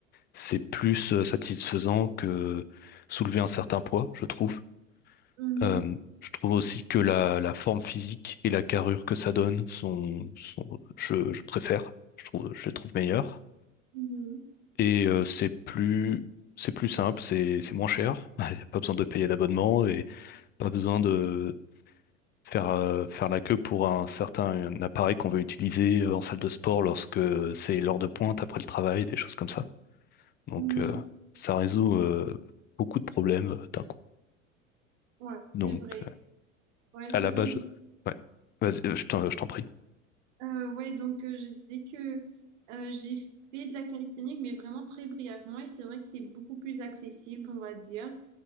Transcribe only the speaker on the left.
c'est plus euh, satisfaisant que soulever un certain poids, je trouve.
Euh, je trouve aussi que la, la forme physique et la carrure que ça donne sont, sont- je, je préfère, je trouve, je les trouve meilleures.
Et euh, c'est plus, c'est plus simple, c'est, c'est moins cher. <laughs> Il n'y a pas besoin de payer d'abonnement et pas besoin de, faire, euh, faire la queue pour un certain un appareil qu'on veut utiliser euh, en salle de sport lorsque c'est l'heure de pointe après le travail, des choses comme ça. Donc
euh,
ça résout euh, beaucoup de problèmes euh, d'un coup.
Donc
euh,
à la
base, ouais. Vas-y, euh, je t'en, je t'en prie.